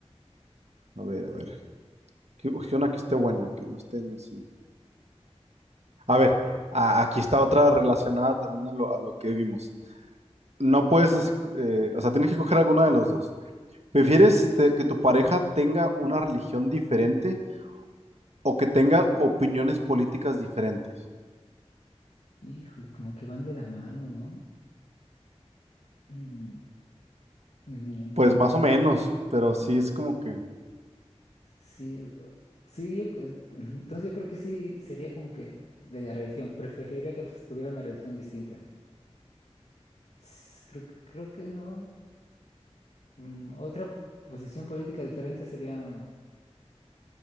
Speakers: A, on the right; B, on the left.
A: a ver, a ver. Que, que una que esté buena, que no estén así. A ver, a- aquí está otra relacionada también a lo, a lo que vimos. No puedes, es- eh, o sea, tienes que coger alguna de los dos. ¿Prefieres te- que tu pareja tenga una religión diferente o que tenga opiniones políticas diferentes?
B: Híjole, como que van de la mano, ¿no? Mm, mm,
A: Pues más o menos, pero sí
B: más
A: es como
B: o menos.
A: que
B: Sí, o- sí, yo, cre- ujú, entonces yo creo que sí sería como que de la religión. Preferiría que pues, tuviera una religión distinta. S- Creo, creo que no. Mm, otra posición política diferente sería...